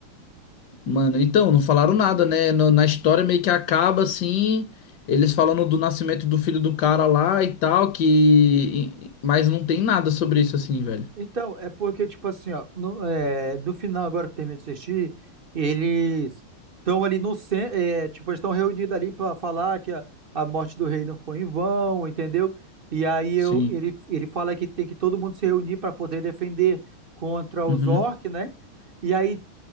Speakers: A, on the left (about 65°); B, on the right (about 60°).
A: Mano, então, não falaram nada, né? No- na história meio que acaba assim, eles
B: Hum.
A: falando do nascimento do filho do cara lá e tal, que. Mas não tem nada sobre isso assim, velho.
B: Então, é porque, tipo assim, ó, no, é, do final agora que termina de assistir, eles estão ali no centro, é, tipo, eles estão reunidos ali para falar que a, a morte do rei não foi em vão, entendeu? E aí eu,
A: Sim.
B: ele, ele fala que tem que todo mundo se reunir para poder defender contra os
A: Uhum.
B: orcs, né? E aí,